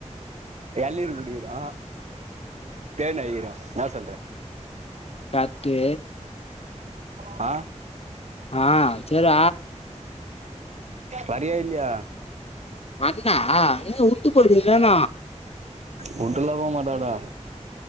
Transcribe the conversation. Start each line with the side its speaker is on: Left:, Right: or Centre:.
Right: எளநீர் குடிக்குரோ தேன் <unintelligible> ன்ன சொல்றே
Left: கர்ட்டு
Right: <inaudible> ஆ
Left: ஆ செர்ர
Right: வரியா இல்லியா
Left: அண்ணா நீங்கவுட்டு போய்டுவிங்களண்ணா
Right: வுட்டுல்ல போமாட்டடா